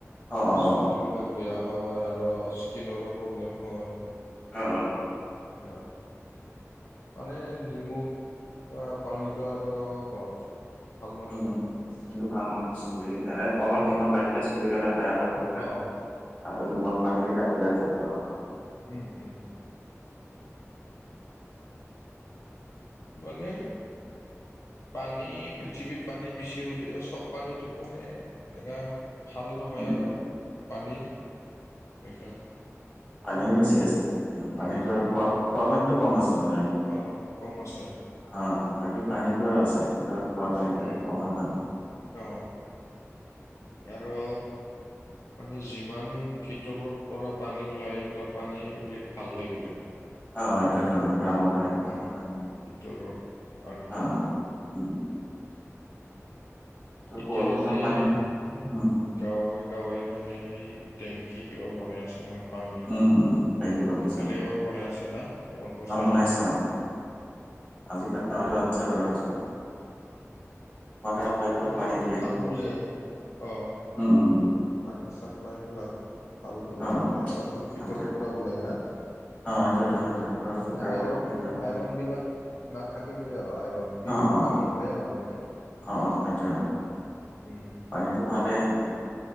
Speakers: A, on the left; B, on the left.
A: অ', অ',
B: চুলিবিলাক বেয়া হয় আৰু স্কিনৰো প্ৰব্লেম হয়।
A: অ', অ'।
B: এইয়া। মানে নিমখ থকা পানীটো আৰু ক'ত। ভাল নহয়
A: অ
B: না।
A: এইটো ভাল নহয় চলি এ অলপ
B: উম,
A: নিমখ লাগিলে চুলি কাৰণে বেয়া হয় বুলি
B: অ',
A: আৰু নিমখ পানী দি গা ধোঁলে চুলি বেয়া হব।
B: উম উম। মানে পানী পৃথিৱীত পানী বেছি হ'লেও চব পানীতো মানে এনেকা ভাল নহয়
A: উম,
B: আৰু পানী এনেকা।
A: পানীও বেছি আছে কিন্তু পানীতো
B: উম
A: আৰু খোৱা খোৱা পানীটো কম আছে মানে।
B: অ', কম আছে।
A: অ', বাকী পানীটো আছে কিন্তু। খোৱা পানীটোৰ
B: উম
A: অভাৱ হয়।
B: অ আৰু মানে যিমান ভিতৰত পৰা পানী ওলায় এইবিলাক পানী বোলি ভাল হয় বোলে।
A: হয়, এইতোটো গ্ৰাউণ্ড ৱাটাৰ কেইটা
B: উম
A: ভাল হয় ন।
B: ভিতৰত পানীটো।
A: অ', উম। এইটো
B: এতিয়া
A: বৰষুণৰ
B: যে
A: পানী উম,
B: গাঁৱে-গাঁৱে মানে এই, টেংকি কিবা বনাই আছে নহয়। পনীৰ,
A: উম, উম, টেংকি বনাইছে
B: ইফালেও
A: অ'।
B: বনাই আছে না তোমালোকৰ
A: অ',
B: ছাইডত?
A: বনাইছে অ, আজিকালি আৰু আছে বাৰু আজিকালি। চাপ্লাইটো
B: এইবিলাক
A: পানী দিয়ে,
B: ভাল বোলে অ,
A: উম, উম,
B: পানীৰ চাপ্লাইবিলাক। ভাল বোলে
A: অ',
B: মানে বাট দূক্ষিত
A: হাণ্ড্ৰেড
B: পৰাও ওলাই না।
A: অ', এইটোৱেতো হাণ্ড্ৰেড পুৰা ফিল্টাৰ
B: মানে আইৰন-আইৰন
A: কৰি পেলাই কিবা
B: বিলাক নাথাকে বোলে আৰু আইৰন পিয়ৰ
A: অ', অ',
B: পানী ওলাই আৰু মানে
A: অ', এটোয়ে আও।
B: উম,
A: পানীতো ভালেই হেতৰ